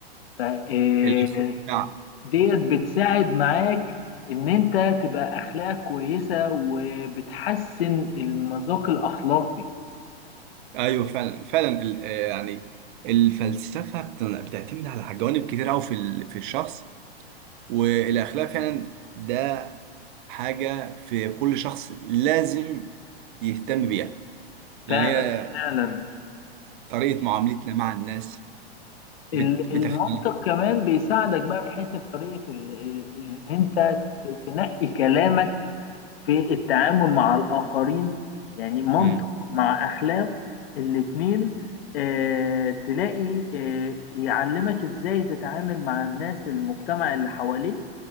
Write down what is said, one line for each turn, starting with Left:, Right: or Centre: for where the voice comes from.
Left: ف آه،
Right: الأخ- نعم.
Left: ديت بتساعد معاك ان انت تبقى اخلاقك كويسة وبتحسن المذاق الاخلاقي
Right: أيوه فعلا فعلا ال- آه، يعني الفلسفة بت- بتعتمد على جوانب كتير أوي في ال- في الشخص والأخلاق فعلا ده حاجة في كل شخص لازم يهتم بيها لأن
Left: فعلا
Right: هي
Left: فعلا
Right: طريقة معاملتنا مع الناس بت-
Left: ال-
Right: بتختلف
Left: المنطق كمان بيساعدك بقى في حتة طريقة اللي انت ت- تنقي كلامك في التعامل مع الآخرين يعني منطق
Right: مم.
Left: مع أخلاق الاتنين آه تلاقي آه يعلمك ازاي تتعامل مع الناس المجتمع اللي حواليك